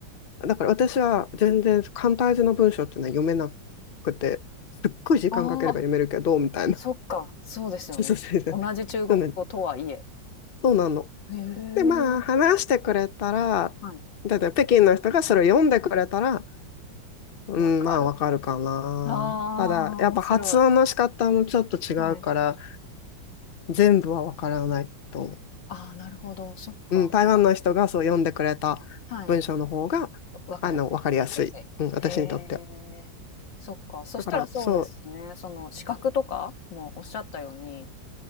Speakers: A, on the left; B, on the left.
A: だから私は全然簡体字の文章っていうのは読めなくて、すっごい時間かければ読めるけど、
B: ああ、
A: みたいな。
B: そっか、そうですよね。
A: そうそうそうそう。
B: 同じ中国語とはいえ。
A: そうなのそうなの。
B: へえ、
A: で、まあ、話してくれたら、
B: はい。
A: だって北京の人がそれを読んでくれたら、うん、
B: わかる。
A: まあ、わかるかな。
B: あ
A: ただ、
B: あ、
A: やっぱ発音の仕方もちょっと違うから、
B: 面白い。はい。
A: 全部はわからないと思う。
B: ああ、なるほど。そっか。
A: うん、台湾の人がそう読んでくれた文章の方が、
B: はい。わかり
A: あの、わかりやすい。
B: やすい。
A: うん、私にとっては。
B: へえ、そっか。そしたらそうですね。
A: だから、そう、
B: その資格とかもおっしゃったように、